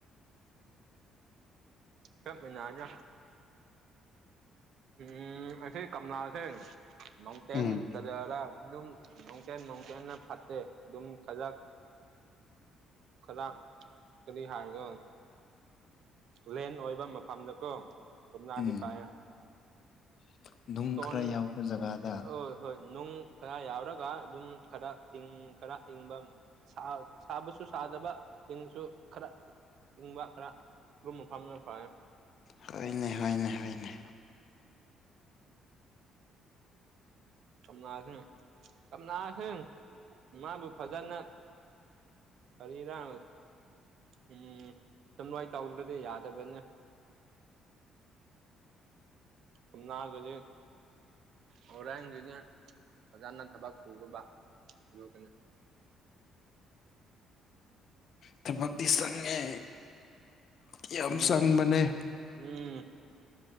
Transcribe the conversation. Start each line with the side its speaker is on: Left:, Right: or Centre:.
Right: ꯀꯦꯕꯤꯅꯥꯖꯦ ꯎ ꯑꯁꯤ ꯀꯪꯂꯂꯥꯁꯦ ꯃꯥꯎꯟꯇꯦꯟ
Left: ꯎꯝ
Right: ꯀꯔꯤꯌꯥꯔꯥ ꯑꯗꯨꯝ ꯅꯣꯡꯊꯦꯜ ꯅꯣꯡꯊꯦꯟꯅ ꯐꯠꯇꯦ ꯑꯗꯨꯝ ꯈꯖꯛ ꯈꯗꯥ ꯀꯔꯤ ꯍꯥꯏꯒ ꯂꯦꯟ ꯑꯣꯏꯕ ꯃꯐꯝꯗꯀꯣ ꯀꯝꯅꯥꯗꯤ
Left: ꯎꯝ
Right: ꯄꯣꯏꯌꯦ
Left: <unintelligible>
Right: ꯏꯁꯇꯣꯟ
Left: ꯌꯥꯎꯕ ꯖꯒꯥꯗ
Right: ꯑ ꯍꯣꯏ ꯅꯨꯡ ꯈꯔ ꯌꯥꯎꯔꯒ ꯑꯗꯨꯝ ꯈꯔ ꯏꯪ ꯈꯔ ꯏꯪꯕ ꯁꯥ ꯁꯥꯕꯁꯨ ꯆꯥꯗꯕ ꯏꯪꯁꯨ ꯈꯔ ꯏꯪꯕ ꯈꯔ ꯂꯨꯝꯕ ꯐꯥꯝꯗꯅ ꯐꯩꯌꯦ
Left: ꯍꯣꯏꯅꯦ ꯍꯣꯏꯅꯦ ꯍꯣꯏꯅꯦ
Right: ꯝꯅ ꯀꯝꯅꯁꯪ ꯃꯥꯕꯨ ꯐꯖꯅ ꯀꯔꯤꯔꯥ ꯎꯝ ꯁꯝ ꯂꯋꯥꯥꯏ ꯇꯥꯎꯗ꯭ꯔꯗꯤ ꯌꯥꯗꯕꯅꯦ ꯀꯨꯝꯅ ꯖꯦ ꯑꯣꯔꯑꯒꯦ ꯐꯖꯥꯟꯅ ꯊꯕꯛ <unintelligible> ꯑꯗꯨ ꯀꯅ
Left: ꯊꯕꯛꯇꯤ ꯆꯪꯉꯦ ꯌꯥꯝ
Right: ꯎꯝ
Left: ꯆꯪꯕꯅꯦ
Right: ꯎꯝ